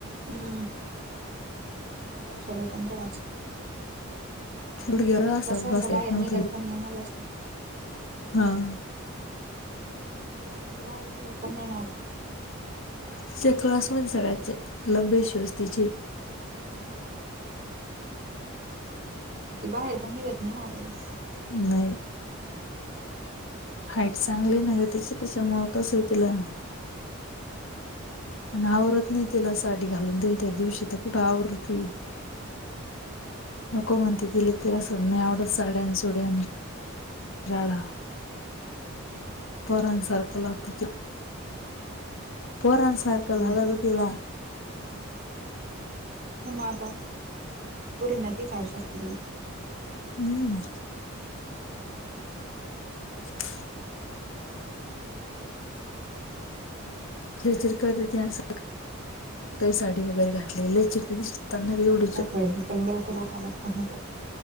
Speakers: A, on the right (about 45°); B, on the left (about 65°).
A: हम्म हो लक्षात येतं ना तेव्हा.
B: थड गेर
A: आता सहसा
B: बस
A: बाहेर
B: येत नाव
A: निघत
B: त
A: पण नाही ना जास्त.
B: <unintelligible>
A: मी सहसा बाहेर निघत पण नाही आता.
B: तीच्या क्लासमध्येध्ये सगळ्यातच लंबी शूज तिचे.
A: ती बाहेर पण निघत नाही ना आता जास्त.
B: नाही. हाईट चांगली नग त् तिची त्यांच्यामुळे तसं हे तिला. आणि आवरत नाही तिला साडी घालून देईल त्या दिवशी तर कुठे आवर ती- नको म्हणते तिला, तिला सन नाही आवडत साड्या आणि सोड्या- राडा पोरांसारखा लागतो त्या पोरांसारखं
A: हम्म
B: लागतो तिला.
A: बघु मग आता पोरींना तीच हावस असते ती.
B: हम्म <inaudible> चिडचिड करती असं का साडी वगैरे घातली लय चिडचिड. तन वीड <unintelligible>
A: सकाळीच पण लवकर उठावं लागत ना.